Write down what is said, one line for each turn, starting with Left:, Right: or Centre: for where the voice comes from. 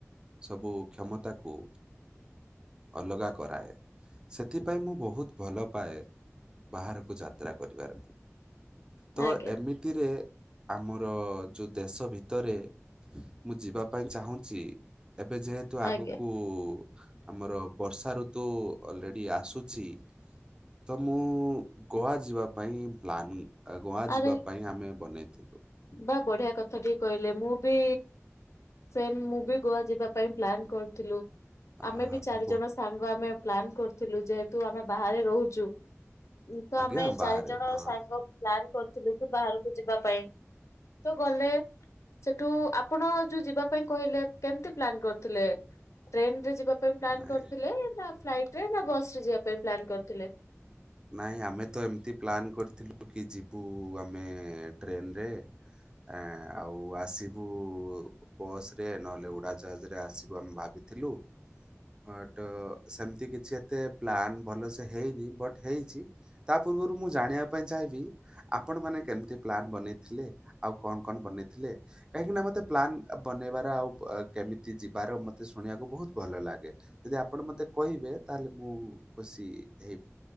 Right: ସବୁ କ୍ଷମତାକୁ ଅଲଗା କରାଏ ସେଥିପାଇଁ ମୁଁ ବୋହୁତ ଭଲ ପାଏ ବାହାରକୁ ଯାତ୍ରା କରିବାର ତ
Left: ଆଜ୍ଞା
Right: ଏମିତିରେ ଆମର ଯୋଉ ଦେଶ ଭିତରେ ମୁଁ ଯିବା ପାଇଁ ଚାହୁଁଚି ଏବେ ଯେହେ ତୁ ଆଗୁକୁ
Left: ଆଜ୍ଞା
Right: ଆମର ବର୍ଷା ଋ ତୁ ଅଲରେଡି ଆସୁଛି ତ ମୁଁ ଗୋଆ ଯିବା ପାଇଁ ପ୍ଲାନ୍ ଉଁ ଆ ଗୋଆ
Left: ଆରେ
Right: ଯିବା ପାଇଁ ଆମେ ବନେଇଥିଲୁ।
Left: ବା ବଢିଆ କଥାଟିଏ କହିଲେ ମୁଁ ବି ସେମ୍ ମୁଁ ବି ଗୋଆ ଯିବା ପାଇଁ ପ୍ଲାନ୍ କରିଥିଲୁ।
Right: ଆହା
Left: ଆମେ ବି ଚାରି ଜଣ
Right: ବ
Left: ସାଙ୍ଗ ଆମେ ପ୍ଲାନ୍ କରିଥିଲୁ ଯେହେତୁ ଆମେ ବାହାରେ ରହୁଛୁ ଉଁ ତ
Right: ଆଜ୍ଞା
Left: ଆମେ
Right: ବାହାରେ
Left: ଚାରି ଜଣ
Right: ହଁ
Left: ସାଙ୍ଗ ପ୍ଲାନ୍ କରିଥିଲୁ କି ବାହାରକୁ ଯିବା ପାଇଁ‌। ତ ଗଲେ ସେଠୁ ଆପଣ ଯୋଉ ଯିବା ପାଇଁ କହିଲେ କେମତି ପ୍ଲାନ୍ କରିଥିଲେ। ଟ୍ରେନରେ ଯିବା ପାଇଁ ପ୍ଲାନ୍
Right: ନାଇଁ
Left: କରିଥିଲେ ନା ଫ୍ଲାଇଟରେ ନା ବସରେ ଯିବା ପାଇଁ ପ୍ଲାନ୍ କରିଥିଲେ।
Right: ନାଇଁ ଆମେ ତ ଏମତି ପ୍ଲାନ୍ କରିଥିଲୁ କି ଯିବୁ ଆମେ ଟ୍ରେନରେ। ଆଁ ଆଉ ଆସିବୁ ବସରେ ନହେଲେ ଉଡାଜାହାଜେରେ ଆସିବୁ ଆମେ ଭାବିଥିଲୁ। ହଁ ଟ ସେମତି କିଛି ଏତେ ପ୍ଲାନ୍ ଭଲ ସେ ହେଇନି ବଟ୍ ହେଇଛି ତା ପୂର୍ବରୁ ମୁଁ ଜାଣିବା ପାଇଁ ଚାହିଁବି ଆପଣ ମାନେ କେମତି ପ୍ଲାନ୍ ବନେଇଥିଲେ ଆଉ କନ କନ ବନେଇଥିଲେ‌। କାହିଁକି ନା ମତେ ପ୍ଲାନ୍ ଆ ବନେଇବାରେ ଆଉ ପ୍ ଆ କେମିତି ଯିବାର ମତେ ଶୁଣିବାକୁ ବୋହୁତ ଭଲ ଲାଗେ। ଯଦି ଆପଣ ମତେ କହିବେ ତାହେଲେ ମୁଁ ଖୁସି ହେ